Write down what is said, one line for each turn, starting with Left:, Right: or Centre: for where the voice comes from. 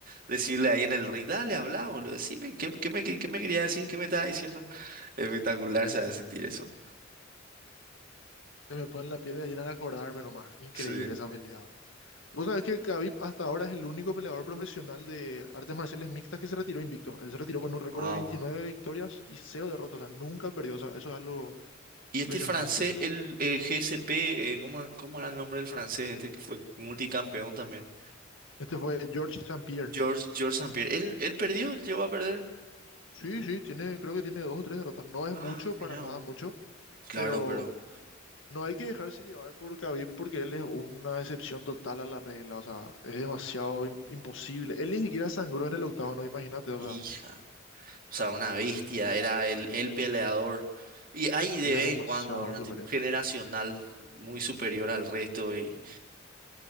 Right: decirle ahí en el ring, dale, habla, boludo, decime, ¿qué, qué me, qué, qué me quería decir? ¿Qué me estaba diciendo? Espectacular se va a sentir eso.
Left: Se me pone la piel de gallina de acordarme nomás. Increíble
Right: Sí.
Left: esa pelea. Vos sabés que Khabib hasta ahora es el único peleador profesional de artes marciales mixtas que se retiró invicto. Él se retiró con un récord
Right: Wow.
Left: de 29 victorias y cero derrotas. O sea, nunca perdió. O sea, eso es algo
Right: Y este
Left: impresionante.
Right: francés, el, eh, GSP, eh, ¿cómo, cómo era el nombre del francés este que fue multicampeón también?
Left: Este fue George St. Pierre.
Right: George, George St. Pierre. ¿Él, él perdió? ¿Él llegó a perder?
Left: Sí, sí, tiene, creo que tiene dos o tres derrotas. No es
Right: Ah,
Left: mucho,
Right: mira
Left: para nada
Right: vos.
Left: mucho,
Right: Claro,
Left: pero
Right: pero,
Left: no hay que dejarse llevar por Khabib porque él es una excepción total a la regla. O sea, es demasiado im- imposible. Él ni siquiera sangró en el octavo, no, imagínate. O
Right: hija,
Left: sea,
Right: o sea, una bestia, era el, el peleador. Y hay
Left: era
Right: de vez
Left: demasiado
Right: en cuando, ¿verdad?
Left: superior.
Right: Tipo, generacional, muy superior al resto y